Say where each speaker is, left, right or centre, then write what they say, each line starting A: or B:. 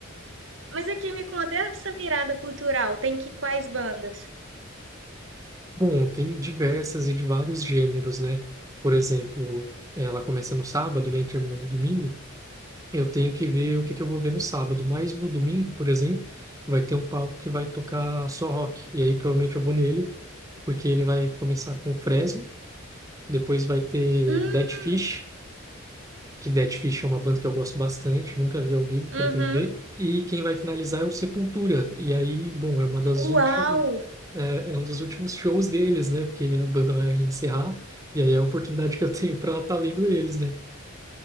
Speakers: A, on the right (about 65°); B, on the right (about 15°).
A: Mas aqui me conta, e essa virada cultural tem que quais bandas?
B: Bom, tem diversas e de vários gêneros, né? Por exemplo, ela começa no sábado, né, e termina no domingo, Eu tenho que ver o que que eu vou ver no sábado, mas no domingo, por exemplo, vai ter um palco que vai tocar só rock. E aí provavelmente eu vou nele, porque ele vai começar com Fresno, depois vai ter
A: Hum,
B: Dead Fish, que Dead Fish é uma banda que eu gosto bastante, nunca vi ao vivo,
A: uhum.
B: pretendo ver. E quem vai finalizar é o Sepultura. E aí, bom, é uma das
A: Uau!
B: últimas, é, é um dos últimos shows deles, né? Porque a banda vai encerrar, e aí é a oportunidade que eu tenho para estar vendo eles, né?